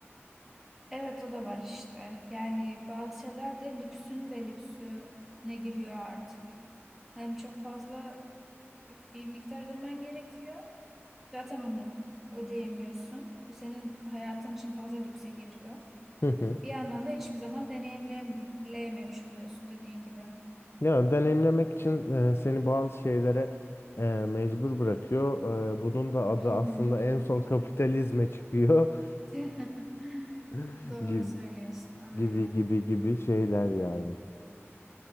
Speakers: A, in the centre; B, on the left.
A: Evet o da var işte. Yani bazı şeyler de lüksün de lüksüne giriyor artık. Hem çok fazla bir bir miktar ödemen gerekiyor. Zaten onu ödeyemiyorsun. Bu senin hayatın için fazla lükse giriyor.
B: <laughs>
A: Bir yandan da hiçbir zaman deneyimleyememiş oluyorsun dediğin gibi.
B: Ya deneyimlemek için e, seni bazı şeylere e, mecbur bırakıyor. E, bunun da adı
A: Hı hı.
B: aslında en son kapitalizme çıkıyor
A: <laughs>
B: <laughs>
A: Doğru
B: gibi
A: söylüyorsun. Aynen.
B: gibi gibi gibi şeyler yani.